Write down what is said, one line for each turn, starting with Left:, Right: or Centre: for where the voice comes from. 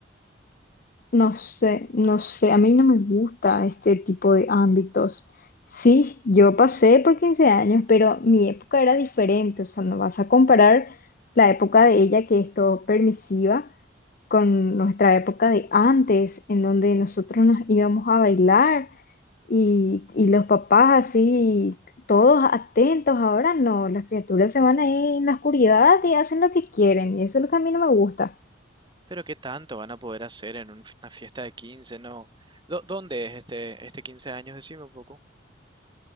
Left: No sé, no sé, a mí no me gusta este tipo de ámbitos. Sí, yo pasé por 15 años, pero mi época era diferente, o sea, no vas a comparar la época de ella, que es todo permisiva, con nuestra época de antes, en donde nosotros nos íbamos a bailar y, y los papás así, todos atentos. Ahora no, las criaturas se van ahí en la oscuridad y hacen lo que quieren, y eso es lo que a mí no me gusta.
Right: Pero ¿qué tanto van a poder hacer en un- una fiesta de 15? No. ¿Dó- ¿Dónde es este, este 15 años? Decime un poco.